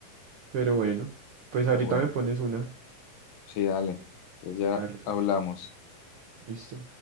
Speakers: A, on the right; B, on the left.
A: pero bueno, pues
B: pero
A: ahorita
B: bueno,
A: me pones una.
B: sí, dale, pues ya
A: Dale, dale.
B: hablamos.
A: Listo.